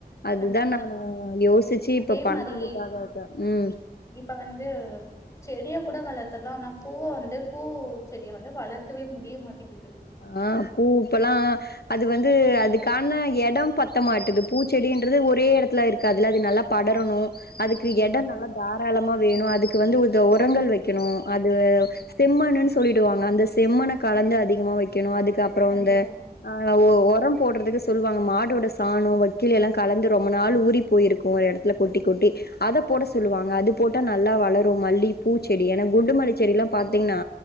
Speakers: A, on the left; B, on the left.
A: அதுதா
B: கண்டிப்பா
A: நா
B: தோழி.
A: யோசிச்சு
B: அதே
A: இப்ப பண்றதுக்காக
B: மாரி
A: ம்
B: இப்ப வந்து செடிய கூட வளர்த்தடலா ஆனா பூவ வந்து பூ செடிய வந்து வளர்க்கவே முடிய மாட்டேக்குது
A: ஆ பூ இப்பெல்லா அது வந்து அதுக்கான எடம் பத்த மாட்டுது பூச்செடின்றது ஒரே எடத்துல இருக்காதுல அது நல்லாப் படரணு அதுக்கு
B: கண்டிப்பா
A: எடம்
B: தோழி.
A: நல்லா தாராளமா வேணு அதுக்கு வந்து ஒரு இந்த உரங்கள் வெக்கணு அது செம்மன்னு சொல்லிடுவாங்க அந்த செம்மண்ன கலந்து அதிகமா வெக்க வெக்கணு அதுக்கு அப்றோ
B: கண்டிப்பா
A: வந்து ஆ உரோ போடுறதுக்கு சொல்லுவாங்க மாடோட சாணம் வக்கீல எல்லா கலந்து ரொம்ப நாள் ஊறி போயிருக்கு கோ ஒரு எடத்துல கொட்டிக் கொட்டி அத போட சொல்லுவாங்க அது போட்டா நல்லா வளரு மல்லி பூச்செடி ஏன்னா குண்டு மல்லி செடி எல்லா பாத்தீங்கன்னா